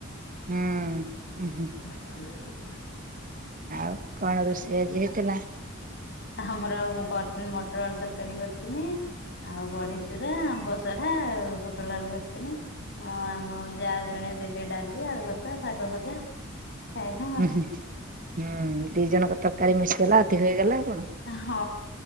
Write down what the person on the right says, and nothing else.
ହୁଁ, ଉ ହୁଁ।
ଆଉ କଣ ରୋଷେଇ ଆଜି ହେଇଥିଲା?
ହୁଁ, ହୁଁ, ହୁଁ ଦି ଜଣଙ୍କ ତରକାରୀ ମିଶିଗଲା ଅଧିକ ହେଇଗଲା ଆଉ କଣ।